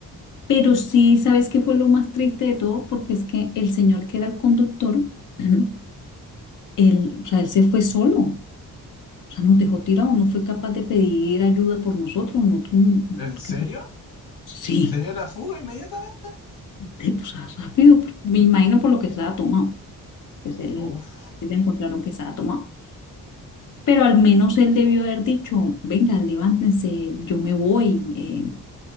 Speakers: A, on the left; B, on the left.
A: Pero sí, ¿sabes qué fue lo más triste de todo? Porque es que el señor que era el conductor, <clears throat> él, o sea, él se fue solo, o sea, nos dejó tirados, no fue capaz de pedir ayuda por nosotros, nosotros, mm,
B: ¿En
A: porque,
B: serio?
A: pues, sí,
B: ¿Se dio la fuga inmediatamente?
A: de- o sea, rápido, me imagino por lo que estaba tomado, pues él,
B: Uf,
A: él encontraron que estaba tomado. Pero al menos él debió haber dicho, venga, levántense, yo me voy, eh,